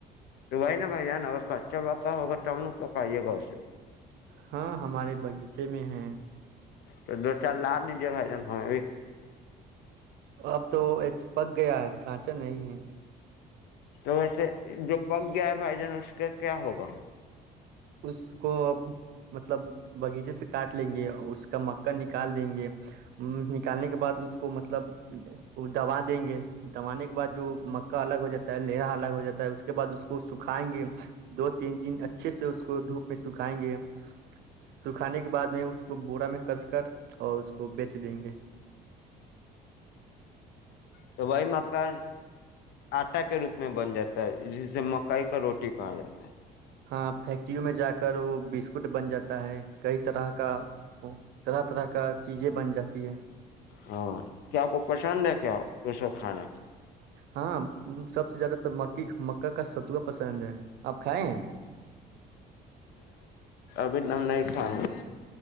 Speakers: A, on the left (about 75°); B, on the right (about 75°).
A: تو بھائی نا بھ جان اگر کچا پکا ہو اگر تو ت ہم پکائیے گؤ
B: ہاں ہمارے باغیچے میں ہیں
A: تو دو چار لار لیجے بائی جان ہاں
B: اب تو پک گیا ہے کانچا نہیں ہے
A: تو ویسے جو پگ گیا ہے بھائی جان اس کا کیا ہوگا
B: اس کو اب مطلب باغیچے سے کاٹ لیں گے اس کا مکا نکال دیں گے نکالنے کے بعد اس کو مطلب وہ دوبا دیں گے دانے کے بعد جو مکا الگ ہو جاتا ہے لرا الگ ہو جاتا ہے اس کے بعد اس کو سکھائیں گے دو تین دن اچھا اچھے سے اس کو دھوپ میں سکھائیں گے سکھانے کے بعد میں اس کو بورا میں کس کر اور اس کو بیچ دیں گے
A: تو بھائی مکا آٹا کے روپ میں بن جاتا <inaudible> جسے مکئی کا روٹی کہا جاتا ہے
B: ہاں فیکٹریوں میں جا کر وہ بسکٹ بن جاتا ہے کئی طرح کا طرح طرح کا چیزیں بن جات تی ہے
A: ہاں کیا کو پچان ہے کیا یہ سب کھانا
B: ہاں سب سے زیادہ تو م <inaudible> کا کا ستوا پسند ہے آپ کھائےیں ہیں
A: اب نام نہیں کھا ہے